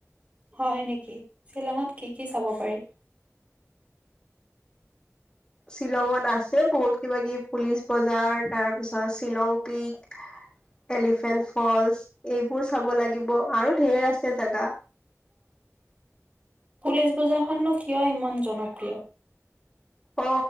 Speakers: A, on the right; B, on the left.
A: হয় নেকি শ্বিলঙত কি কি চাব পাৰি?
B: শ্বিলঙত আছে বহুত কিব কিবি পুলিচ বজাৰ তাৰ পিছত শ্বিলং পিক এলিফেন্ট ফলচ এইবোৰ চাব লাগিব। আৰু ঢেৰ আছে জেগা।
A: পুলিচ বজাৰখননো কিয় ইমান জনপ্ৰিয়?
B: অ